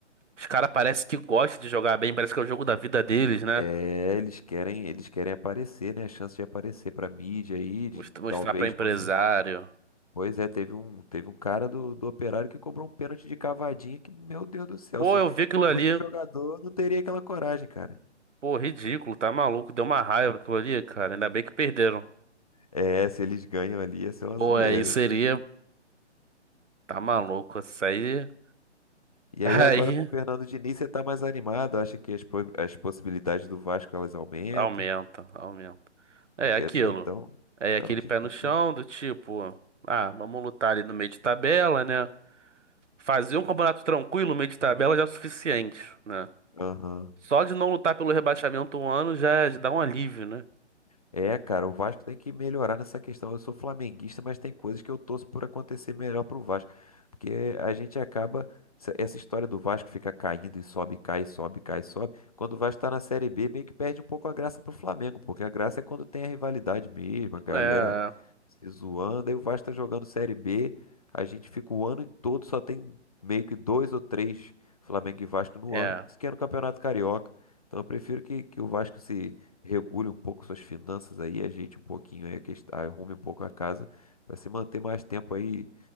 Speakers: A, on the right; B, on the left.
A: os caras parece que gostam de jogar bem, parece que é o jogo da vida deles, né?
B: É, eles querem, eles querem aparecer, né? A chance de aparecer pra mídia aí, de
A: Most- Mostrar
B: talvez
A: pra empresário.
B: conseguir Pois é, teve um, teve um cara do, do Operário que cobrou um pênalti de cavadinha que, meu Deus do céu,
A: Pô,
B: se,
A: eu vi aquilo ali,
B: muito jogador não teria aquela coragem, cara.
A: pô, ridículo, tá maluco, deu uma raiva aquilo ali, cara. Ainda bem que perderam.
B: É, se eles ganham ali, ia ser uma
A: Pô,
B: zoeira,
A: aí seria.
B: hein?
A: Tá maluco, isso aí. <laughs>
B: E
A: Aí
B: aí agora com o Fernando Diniz você tá mais animado, acha que as, po- as possibilidades do Vasco elas aumentam?
A: aumenta, aumenta. É
B: Porque
A: aquilo.
B: até então
A: É aquele
B: tava difícil,
A: pé no chão
B: né?
A: do tipo, ah, vamos lutar ali no meio de tabela, né? Fazer um campeonato tranquilo, no meio de tabela já é o suficiente, né?
B: Aham.
A: Só de não lutar pelo rebaixamento um ano já já dá um alívio, né?
B: É, cara, o Vasco tem que melhorar nessa questão. Eu sou flamenguista, mas tem coisas que eu torço por acontecer melhor pro Vasco. Porque a gente acaba. Essa essa história do Vasco fica caindo e sobe, cai, sobe, cai, sobe. Quando o Vasco tá na Série B, meio que perde um pouco a graça pro Flamengo. Porque a graça é quando tem a rivalidade mesmo, a galera
A: É,
B: se zoando. Aí o Vasco tá jogando Série B. A gente fica o ano todo, só tem meio que dois ou três Flamengo e Vasco no
A: é,
B: ano, isso que é no Campeonato Carioca. Então eu prefiro que, que o Vasco se regule um pouco suas finanças aí, ajeite um pouquinho aí, a quest- arrume um pouco a casa, para se manter mais tempo aí